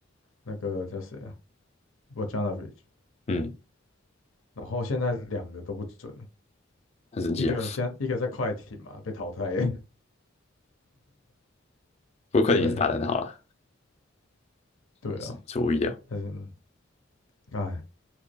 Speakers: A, on the left; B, on the left.
A: 那个叫谁啊 b o j a n o v i c
B: 嗯，
A: 然后现在两个都不准，
B: 很神奇啊。
A: 一个先一个在快艇嘛被淘汰，
B: 不过快点也是打得很好了，
A: <laughs> 对对啊。
B: 也是出乎意料。
A: 嗯，啊，